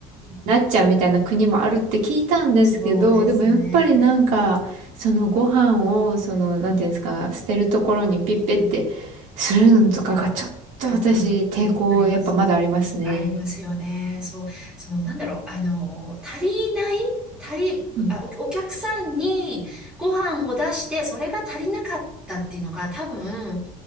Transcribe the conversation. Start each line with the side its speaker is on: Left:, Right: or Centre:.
Right: なっちゃうみたいな国もあるって聞いたんですけど、
Centre: そうですね。
Right: でもやっぱりなんか、そのご飯を、その、
Centre: うん。
Right: なんていうんですか、捨てるところにピッペって
Centre: うん
Right: するのとかがちょっと私、
Centre: うん、
Right: 抵抗やっぱまだありますね。
Centre: あります。ありますよね。そう、その、なんだろう、あの、足りない足り、
Right: うん
Centre: あ、お、お客さんにご飯を出して、それが足りなかったっていうのが多分、